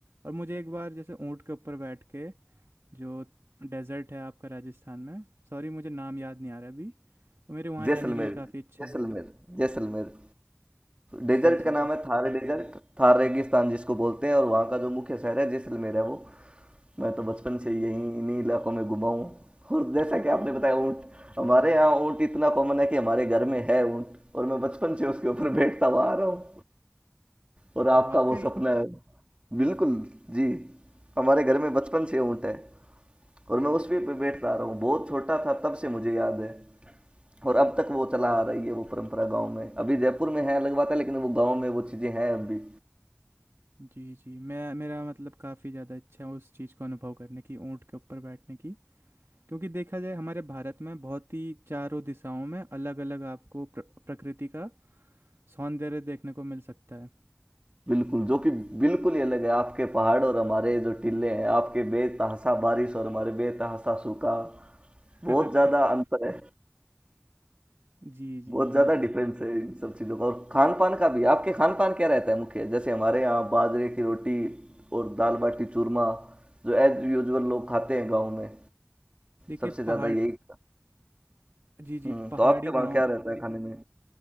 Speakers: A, on the right; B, on the right.
A: और मुझे एक बार जैसे ऊँट के ऊपर बैठ के जो डेजर्ट है आपका राजस्थान में सॉरी मुझे नाम याद नहीं आ रहा अभी तो मेरे वहाँ
B: जैसलमेर
A: जाने की भी काफ़ी इच्छा
B: जैसलमेर
A: है
B: जैसलमेर डेजर्ट
A: जी जी
B: का नाम
A: जी
B: है थार डेजर्ट थार रेगिस्तान जिसको बोलते हैं और वहाँ का जो मुख्य शहर है जैसलमेर है वो मैं तो बचपन से यहीं इन्हीं इलाकों में घुमा हूँ और जैसा कि आपने बताया ऊँट हमारे यहाँ ऊँट इतना कॉमन है कि हमारे घर में है ऊँट और मैं बचपन से उसके ऊपर बैठता हुआ आ रहा हूँ और आपका
A: वाकई
B: वो सपना है बिल्कुल जी हमारे घर में बचपन से ऊँट है और मैं उस पे बैठता आ रहा हूँ बहुत छोटा था तब से मुझे याद है और अब तक वो चला आ रही है वो परंपरा गांव में अभी जयपुर में है अलग बात है लेकिन वो गांव में वो चीज़ें हैं अभी
A: जी जी मैं मेरा मतलब काफ़ी ज़्यादा इच्छा है उस चीज़ को अनुभव करने की ऊँट के ऊपर बैठने की क्योंकि देखा जाए हमारे भारत में बहुत ही चारों दिशाओं में अलग अलग आपको प्र, प्रकृति का सौंदर्य देखने को मिल सकता है
B: बिल्कुल जो कि बिल्कुल ही अलग है आपके पहाड़ और हमारे जो टिले हैं आपके बेतहासा बारिश और हमारे बेतहासा सूखा बहुत
A: <laughs>
B: ज़्यादा अंतर है
A: जी जी
B: बहुत
A: जी
B: ज़्यादा डिफरेंस है इन सब चीज़ों का और खान पान का भी आपके खान पान क्या रहता है मुख्य जैसे हमारे यहाँ बाजरे की रोटी और दाल बाटी चूरमा जो एज यूजुअल लोग खाते हैं गाँव में
A: देखिए
B: सबसे ज़्यादा
A: पहाड़
B: यही
A: जी जी
B: हम्म
A: पहाड़ी
B: तो आपके वहाँ
A: गांव
B: क्या रहता है खाने में